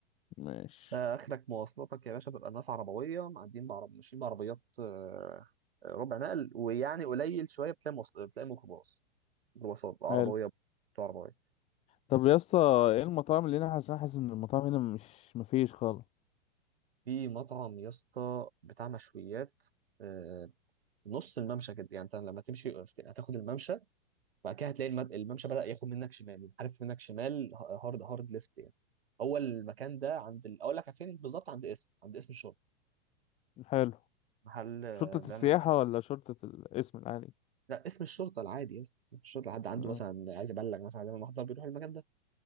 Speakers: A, on the left; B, on the right.
A: ماشي
B: آه اخرك مواصلاتك يا باشا بيبقى الناس عربويه معديين بعرب ماشيين بعربيات آه آه، ربع نقل ويعني قليل شويه بتلاقي مواصل... بتلاقي ميكروباص ميكروباصات عربويه
A: حلو.
B: بتوع عربويه
A: طب يا اسطى ايه المطاعم اللي هنا عشان حاسس ان المطاعم هنا مش مفيش خالص
B: في مطعم يا اسطى بتاع مشويات آه في نص الممشى كده يعني انت لما تمشي هتاخد الممشى وبعد كده هتلاقي المد... الممشى بدأ ياخد منك شمال عارف منك شمال ه- هارد هارد ليفت يعني هو المكان ده عند ال... اقول لك فين بالظبط عند اسم عند اسم الشرطه
A: حلو
B: محل آه،
A: شرطة
B: بيعمل
A: السياحة ولا شرطة الاسم العالي
B: لا اسم الشرطه العادي يا اسطى اسم الشرطه حد عنده
A: مم.
B: مثلا عايز يبلغ مثلا عايز يعمل محضر بيروح المكان ده